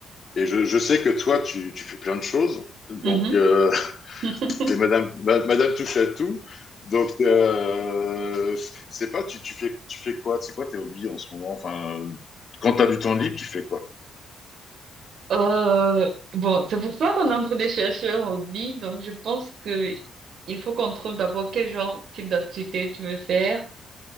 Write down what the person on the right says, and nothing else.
Mhm.
<laughs>
Euh, bon, c'est pour ça qu'on entre des chercheurs au dit. Donc, je pense que il faut qu'on trouve d'abord quel genre, type d'activité tu veux faire.